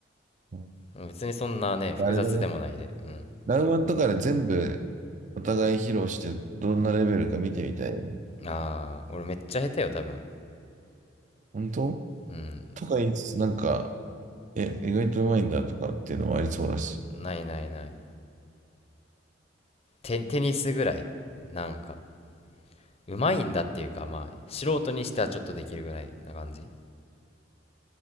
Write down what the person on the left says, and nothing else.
別にそんなね複雑でもないでうん
ああ俺めっちゃ下手よ多分
うん
ないないないテ、テニスぐらいなんかうまいんだっていうかまあ素人にしてはちょっとできるぐらいな感じ